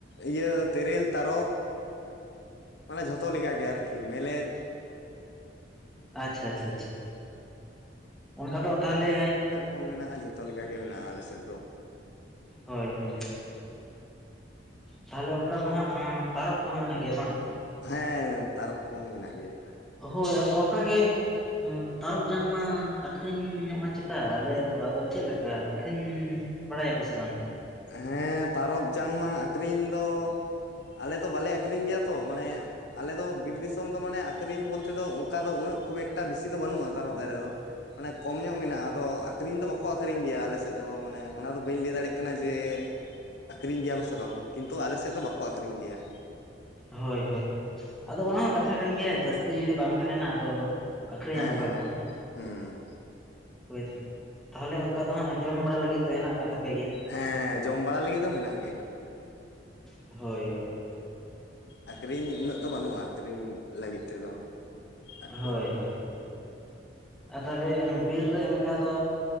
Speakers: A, on the left; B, in the centre.
A: ᱤᱭᱟᱹ ᱛᱮᱹᱨᱮᱹᱞ ᱛᱟᱨᱚᱵ, ᱢᱟᱱᱮ ᱡᱷᱚᱛᱚ ᱞᱮᱠᱟ ᱜᱮ ᱟᱨᱠᱤ ᱢᱮᱞᱮᱫ
B: ᱟᱪᱪᱷᱟ ᱪᱷᱟ ᱪᱷᱟ, ᱚᱱᱠᱟ ᱫᱚ ᱛᱟᱦᱚᱞᱮ
A: ᱠᱚᱢ ᱢᱮᱱᱟᱜᱼᱟ ᱡᱷᱚᱛᱚ ᱞᱮᱠᱟ ᱜᱮ ᱢᱮᱱᱟᱜᱼᱟ ᱟᱞᱮ ᱥᱮᱫ ᱫᱚ᱾
B: ᱦᱳᱭ ᱦᱳᱭ ᱛᱟᱦᱚᱞᱮ ᱚᱱᱠᱟ ᱫᱚ ᱦᱟᱸᱜ ᱛᱟᱨᱚᱵᱽ ᱠᱚᱦᱚᱸ ᱢᱮᱱᱟᱜ ᱜᱮᱭᱟ ᱵᱟᱝ
A: ᱦᱮᱸ ᱛᱟᱨᱚᱵ ᱠᱚᱦᱚᱸ ᱢᱮᱱᱟᱜ ᱜᱮᱭᱟ
B: ᱦᱚᱭ ᱟᱫᱚ ᱚᱱᱠᱟ ᱜᱮ ᱛᱟᱨᱚᱯ ᱡᱟᱝ ᱢᱟ ᱟᱠᱷᱨᱤᱧᱚᱜᱼᱟ ᱪᱮᱛᱟ ᱞᱟᱹᱭᱟᱠᱚ ᱟᱫᱚ ᱪᱮᱜ ᱞᱮᱠᱟ ᱟᱠᱷᱨᱤᱧ ᱵᱟᱰᱟᱭᱟ ᱯᱮ ᱥᱮ ᱵᱟᱝ
A: ᱦᱮᱸ ᱛᱟᱨᱚᱵ ᱡᱟᱝᱢᱟ ᱟᱹᱠᱷᱨᱤᱧ ᱫᱚ ᱟᱞᱮ ᱫᱚᱚ ᱵᱟᱞᱮ ᱟᱹᱠᱷᱨᱤᱧ ᱜᱮᱭᱟ ᱛᱚ ᱢᱟᱱᱮ ᱟᱞᱮᱚ ᱫᱚ ᱵᱤᱨ ᱫᱤᱥᱚᱢ ᱫᱚ ᱢᱟᱱᱮ ᱟᱠᱷᱨᱤᱧ ᱵᱚᱞᱛᱮ ᱫᱚ ᱚᱱᱠᱟ ᱫᱚ ᱩᱱᱟᱹᱜ ᱠᱷᱩᱵ ᱮᱠᱴᱟ ᱵᱮᱥᱤ ᱫᱚ ᱵᱟᱹᱱᱩᱜᱼᱟ ᱛᱟᱨᱵ ᱫᱟᱨᱮ ᱫᱚ᱾ ᱢᱟᱱᱮ ᱠᱚᱢ ᱧᱚᱜ ᱢᱮᱱᱟᱜᱼᱟ ᱟᱫᱚ ᱟᱠᱷᱨᱤᱧ ᱫᱚ ᱵᱟᱠᱚ ᱟᱹᱷᱨᱤᱧ ᱜᱮᱭᱟ ᱟᱞᱮᱥᱮᱫ ᱫᱚ ᱢᱟᱱᱮ ᱚᱱᱟᱫᱚ ᱵᱟᱹᱧ ᱞᱟᱹᱭ ᱫᱟᱲᱮᱜ ᱠᱟᱱᱟ ᱠᱟᱱᱟ ᱡᱮ ᱟᱠᱷᱨᱤᱧ ᱜᱮᱭᱟ ᱠᱚ ᱥᱮ ᱵᱟᱝ? ᱠᱤᱱᱛᱩ ᱟᱞᱮ ᱥᱮᱫ ᱫᱚ ᱵᱟᱠᱚ ᱟᱠᱷᱨᱤᱧ ᱜᱮᱭᱟ᱾
B: ᱦᱳᱭ ᱦᱳᱭ ᱟᱫᱚ ᱚᱱᱟ ᱦᱚᱸ ᱠᱟᱛᱷᱟ ᱠᱟᱱ ᱜᱮᱭᱟ ᱡᱟᱹᱥᱛᱤ ᱡᱩᱫᱤ ᱵᱟᱝ ᱛᱟᱦᱮᱱᱟ ᱟᱫᱚ ᱟᱹᱠᱷᱨᱤᱧᱟᱢ
A: ᱦᱮᱸ
B: ᱚᱠᱟ
A: ᱦᱮᱸ
B: ᱠᱷᱚᱱ
A: ᱦᱩᱸ
B: ᱦᱚᱭ ᱛᱟᱦᱚᱞᱮ ᱚᱱᱠᱟ ᱫᱚ ᱦᱟᱸᱜ ᱡᱚᱢ ᱵᱟᱲᱟ ᱞᱟᱹᱜᱤᱫ ᱫᱚ ᱦᱮᱱᱟᱜ ᱟᱠᱟᱫ ᱛᱟᱯᱮ ᱜᱮᱭᱟ
A: ᱦᱮᱸ ᱡᱚᱢ ᱵᱟᱲᱟ ᱞᱟᱹᱜᱤᱫ ᱫᱚ ᱢᱮᱱᱟᱜ ᱜᱮᱭᱟ
B: ᱦᱳᱭ, ᱦᱳᱭ᱾
A: ᱟᱹᱠᱷᱨᱤᱧ ᱩᱱᱟᱹᱜ ᱫᱚ ᱵᱟᱹᱱᱩᱜᱼᱟ ᱟᱹᱠᱷᱨᱤᱧ ᱞᱟᱹᱜᱤᱫ ᱛᱮᱫᱚ ᱟᱨᱠᱤ
B: ᱦᱳᱭ ᱦᱳᱭ ᱟ ᱛᱟᱦᱚᱞᱮ ᱵᱤᱨ ᱨᱮ ᱚᱱᱠᱟ ᱫᱚ